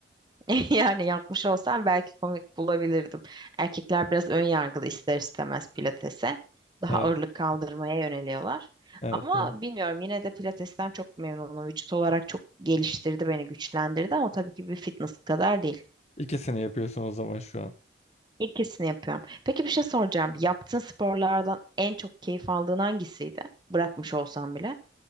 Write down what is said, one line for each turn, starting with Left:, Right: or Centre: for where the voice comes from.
Right: <laughs> Yani yapmış olsam belki komik bulabilirdim. Erkekler biraz ön yargılı ister istemez pilatese. Daha
Left: Evet.
Right: ağırlık kaldırmaya yöneliyorlar.
Left: Evet.
Right: Ama
Left: evet.
Right: bilmiyorum yine de pilatesten çok memnunum. Vücut olarak çok geliştirdi beni, güçlendirdi ama tabii ki bir fitness kadar değil.
Left: İkisini yapıyorsun o zaman şu an.
Right: İkisini yapıyorum. Peki bir şey soracağım. Yaptığın sporlardan en çok keyif aldığın hangisiydi? Bırakmış olsan bile.